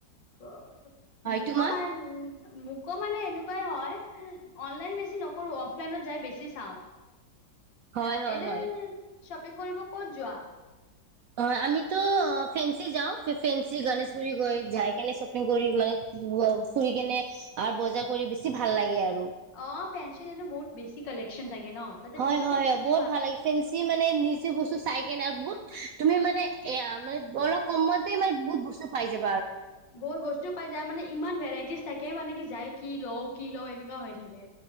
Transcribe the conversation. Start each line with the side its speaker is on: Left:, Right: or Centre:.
Left: অ মোকমান
Right: তোমাক?
Left: মোক মোকো মানে এনেকুৱাই হয় অনলাইন বেছি নকৰোঁ অফলাইনত যাই বেছি চাওঁ
Right: হয়
Left: অহ
Right: হয়
Left: এনেই
Right: হয়
Left: শ্বপিং কৰিব ক'ত যোৱা
Right: অ আমিতো ফেসি যাওঁ ফেসি গনেশগুৰি গৈ যাই কেনে শ্বপিং কৰি মানে ফুৰি কেনে আৰু বজাৰ কৰি বেছি ভাল লাগে আৰু
Left: অ ফেনঞ্চি এনে বহুত বেছি কালেক্ চিন থাকে ন তাতে
Right: হয়
Left: বহুত
Right: হয়
Left: বেছি
Right: হয় বহুত ভাল লাগে ফেঞ্চি মানে নিজে বস্তু চাই কেনে আৰু বহুত তুমি মানে এয়া মানে অলপ কমতে মানে বহুত বস্তু পাই যাব
Left: বহুত বস্তু পাই যায় মানে ইমান ভেৰাইটিজ থাকে মানে কি যায় কি লওঁ কি লওঁ এনেকুৱা হৈ থাকে